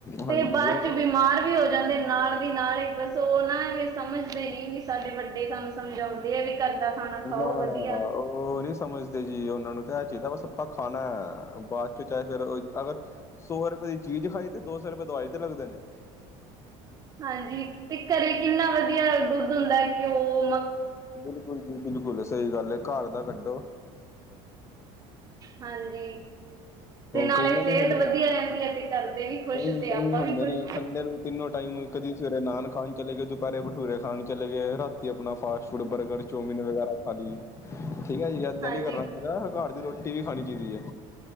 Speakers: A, on the left (about 20°); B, on the right (about 25°).
A: ਹਾਂਜੀ
B: ਤੇ ਬਾਅਦ 'ਚ ਬਿਮਾਰ ਵੀ ਹੋ ਜਾਂਦੇ ਨਾਲ। ਨਾਲ ਈ ਬਸ ਉਹ ਨਾ ਐਵੇਂ ਸਮਝਦੇ ਨੀ ਵੀ ਸਾਡੇ ਵੱਡੇ ਸਾਨੂੰ ਸਮਝਾਉਂਦੇ ਆ ਵੀ ਘਰਦਾ। ਖਾਣਾ
A: ਨਾ-ਨਾ-ਨਾ
B: ਖਾਓ ਵਧੀਆ।
A: ਉਹ ਨੀ ਸਮਝਦੇ ਜੀ ਉਹਨਾਂ ਨੂੰ ਤਾਂ ਇਹ ਚਾਈਦਾ ਬਸ ਆਪਾਂ ਖਾਨਾ ਬਾਅਦ 'ਚ ਚਾਹੇ ਫਿਰ ਅਗਰ। ਸੌ ਰੁਪਏ ਦੀ ਚੀਜ਼ ਖਾਈ ਤੇ ਦੋ ਸੌ ਰੁਪਏ ਦਵਾਈ ਤੇ ਲੱਗਦੇ ਨੇ।
B: ਹਾਂਜੀ ਤੇ ਘਰੇ ਕਿੰਨਾ ਵਧੀਆ ਦੁੱਧ ਹੁੰਦਾ ਘਿਓ ਮ
A: ਬਿਲਕੁਲ ਜੀ, ਬਿਲਕੁਲ, ਸਈ ਗੱਲ ਏ, ਘਰ ਦਾ ਕੱਢੋ।
B: ਹਾਂਜੀ। ਤੇ ਨਾਲੇ
A: ਕਈਆਂ
B: ਸਿਹਤ
A: ਨੂੰ ਹੁਣ
B: ਵਧੀਆ ਰਹਿੰਦੀ ਏ ਤੇ ਘਰਦੇ ਵੀ ਖੁਸ਼
A: ਕਈ
B: ਤੇ
A: ਕਈ
B: ਆਪਾਂ
A: ਹੁੰਦੇ
B: ਵੀ ਖੁਸ਼।
A: ਨੇ ਸੰਡੇ ਨੂੰ ਤਿੰਨੋ ਟਾਈਮ ਕਦੀ ਸਵੇਰੇ ਨਾਨ ਖਾਣ ਚਲੇ ਗਏ, ਦੁਪਹਿਰੇ ਭਟੂਰੇ ਖਾਣ ਚਲੇ ਗਏ, ਰਾਤੀ ਆਪਣਾ ਫਾਸਟ ਫੂਡ ਬਰਗਰ ਚੋਮਿਨ ਵਗੈਰਾ ਖਾ ਲੀਏ ਠੀਕ ਐ ਜੀ ਏਦਾਂ
B: ਹਾਂਜੀ
A: ਨੀ ਕਰਨਾ ਚਾਈਦਾ ਘਰ ਦੀ ਰੋਟੀ ਵੀ ਖਾਣੀ ਚਾਈਦੀ ਐ।